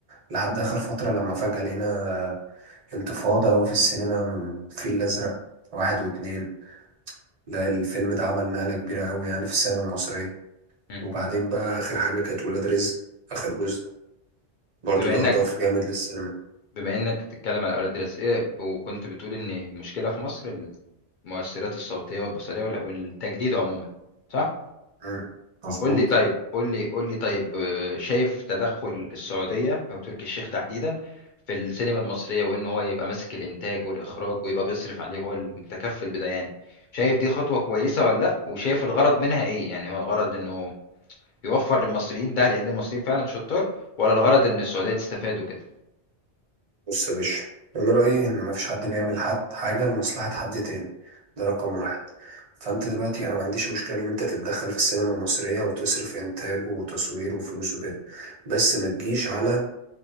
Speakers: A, on the right; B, on the left.
A: لحد آخر فترة لما فجأة لقينا انتفاضة أوي في السينما من الفيل الأزرق واحد واتنين لا الفيلم ده عمل نقلة كبيرة أوي يعني في السينما المصرية
B: مم.
A: وبعدين بقى آخر حاجة كانت ولاد رزق آخر جزء برضو
B: بما
A: ده
B: انك
A: أضاف جامد للسينما
B: بما انك بتتكلم على اولاد رزق إيه ب- وكنت بتقول ان المشكله في مصر المؤثرات الصوتيه والبصريه وال- والتجديد عموما صح
A: مم. مظبوط
B: قول لي طيب قول لي قول لي طيب آه، شايف تدخل السعودية أو تركي الشيخ تحديدا في السينما المصرية وإن هو يبقى ماسك الإنتاج والإخراج ويبقى بيصرف عليه هو المتكفل بده يعني شايف دي خطوة كويسة ولا لأ وشايف الغرض منها إيه يعني هو الغرض إنه يوفر للمصريين ده لأن المصريين فعلا شطار ولا الغرض إن السعودية تستفاد وكده
A: بص يا باشا انا رايي ان مفيش حد بيعمل حد حاجه لمصلحه حد تاني ده رقم واحد فانت دلوقتي انا ما عنديش مشكله ان انت تتدخل في السينما المصريه وتصرف انتاج وتصوير وفلوس وكده بس ما تجيش على